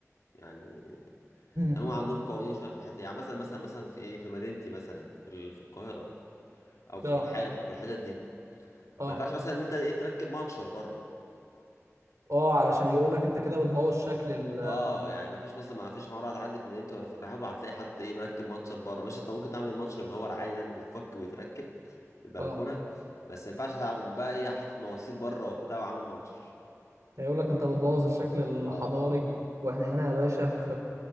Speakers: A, on the left (about 80°); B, on the right (about 75°).
A: يعني
B: امم
A: هم عندهم قوانين شويه في الحته دي. يعني مثلا مثلا مثلا في ايه في مدينتي مثلا في ال- في القاهره او في
B: اه
A: الرحاب وفي الحتت دي
B: اه
A: ما ينفعش مثلا ان انت ايه تركب منشر بره
B: اه علشان يقول لك انت كده بتبوظ شكل ال
A: اه يعني ما فيش مثلا ما فيش حوار هتعدي في مدينتي ولا في الرحاب هتلاقي حد ايه مركب منشر بره ماشي انت ممكن تعمل المنشر اللي هو العادي ده اللي بيتفك ويتركب في البلكونه
B: اه
A: بس ما ينفعش تعمل بقى ايه حاطط مواسير بره وبتاع وعامل منشر
B: هيقول لك انت بتبوظ الشكل الحضاري
A: اه
B: واحنا هنا يا باشا في